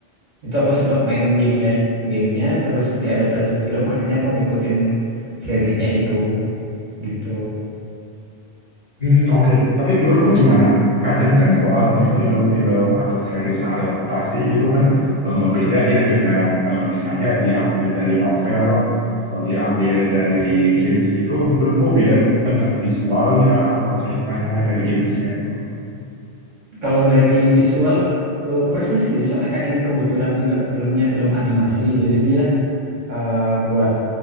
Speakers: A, on the right; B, on the left.
A: itu aku sempat mainin gamenya gamenya terus diadaptasi film akhirnya aku ngikutin seriesnya itu gitu
B: Hmm, Oke, Tapi menurutmu gimana? Kadang kan soalnya film-film atau series adaptasi itu kan eh, beda ya dengan eh, misalnya diambil dari novel atau diambil dari games gitu. Menurutmu beda nggak visualnya atau ceritanya dari gamesnya itu?
A: kalau dari visual eh, persis sih soalnya kan ini kebetulan juga filmnya film animasi jadi dia eh, buat